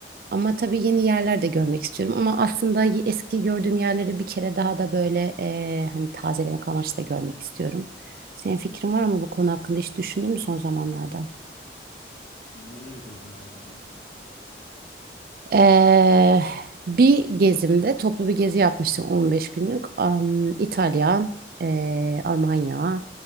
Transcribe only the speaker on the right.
Ama tabii yeni yerler de görmek istiyorum. Ama aslında y- eski gördüğüm yerleri bir kere daha da böyle e, hani tazelemek amaçlı da görmek istiyorum. Senin fikrin var mı bu konu hakkında? Hiç düşündün mü son zamanlarda?
Ee, bir gezimde toplu bir gezi yapmıştım 15 günlük. Am, İtalya, ee, Almanya,